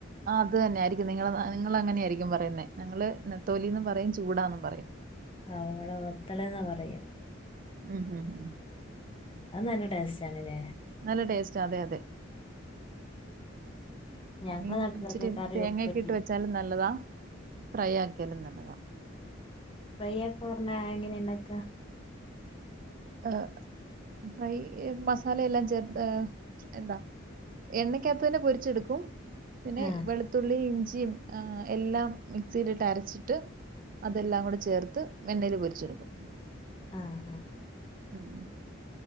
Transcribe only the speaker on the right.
ആ അത് തന്നെ ആയിരിക്കും നിങ്ങള നാ നിങ്ങളങ്ങനെയിരിക്കും പറയുന്നേ ഞങ്ങള് നത്തോലി പറയും ചൂടാന്നും പറയും
ഉം ഉം ഉ
നല്ല ടേസ്റ്റ് അതെ അതെ
മീൻ
ഇച്ചിരി
തേങ്ങയൊക്കെ
ഇട്ട് വെച്ചാലും നല്ലതാ, ഫ്രൈ ആക്കിയാലും നല്ലത
ആ ഫ്രൈ മസാലയെല്ലാം ചേർ എന്താ എണ്ണക്കകത്ത തന്നെ പൊരിച്ചെടുക്കും പിന്നെ
വെളുത്തുള്ളി ഇഞ്ചി, എല്ലാം മിക്സിയിലിട്ട് അരച്ചിട്ട്, അതെല്ലാം കൂടെ ചേർത്ത് എണ്ണൽ പൊരിച്ചെടുക്കും.
ഉം